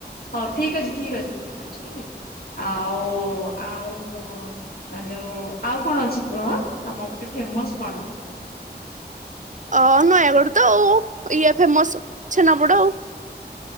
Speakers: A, on the left (about 60°); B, on the right (about 45°).
A: ହଉ ଠିକ୍ ଅଛି ଠିକ୍ ଅଛି ଠିକ୍ ଅଛି ଆଉ ଆଉ କ ଆ ଯୋଉ ଆଉ କଣ ଅଛି କୁହ ତମ ପଟେ ଫେମସ କଣ।
B: ଅ ନୟାଗଡ଼ ତ ଆଉ ଇଏ ଫେମସ ଛେନାପୋଡ ଆଉ।